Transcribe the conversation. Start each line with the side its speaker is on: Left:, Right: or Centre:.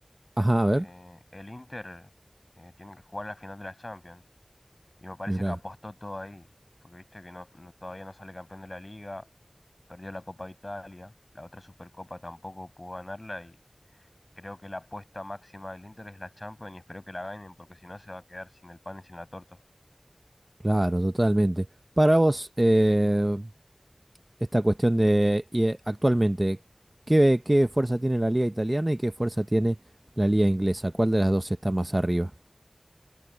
Right: Ajá, a ver,
Left: eh, el Inter eh, tiene que jugar la final de la Champions. Y me parece
Right: mira.
Left: que apostó todo ahí. Porque viste que no, no- todavía no sale campeón de la Liga, perdió la Copa de Italia, la otra Supercopa tampoco pudo ganarla y creo que la apuesta máxima del Inter es la Champions y espero que la ganen porque si no se va a quedar sin el pan y sin la torta.
Right: Claro, totalmente. Para vos, eh, esta cuestión de y, eh, actualmente, ¿qué, qué fuerza tiene la liga italiana y qué fuerza tiene la liga inglesa? ¿Cuál de las dos está más arriba?